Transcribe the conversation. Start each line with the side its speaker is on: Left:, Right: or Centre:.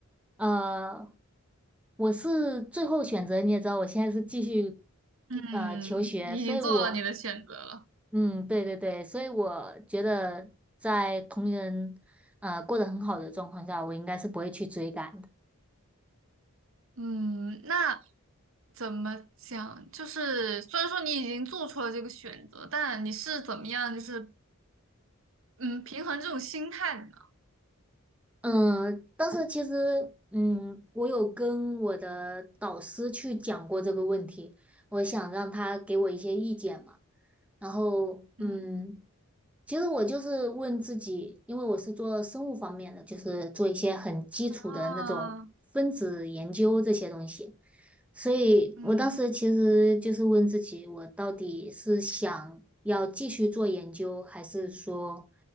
Centre: 呃，我是最后选择，你也知道，我现在是继续
Right: 嗯，
Centre: 呃求学，
Right: 你已经做了你的选择了。
Centre: 所以我，嗯，对对对，所以我觉得在同人呃过得很好的状况下，我应该是不会去追赶的。
Right: 嗯，那怎么讲？就是虽然说你已经做出了这个选择，但你是怎么样，就是嗯，平衡这种心态的呢？
Centre: 嗯，当时其实，嗯，我有跟我的导师去讲过这个问题，我想让他给我一些意见嘛。然后，
Right: 嗯
Centre: 嗯，其实我就是问自己，因为我是做生物方面的，就是做一些很基础的那种分子研究这些东西，
Right: 啊，
Centre: 所以我当时其实就是问自己，
Right: 嗯
Centre: 我到底是想要继续做研究，还是说，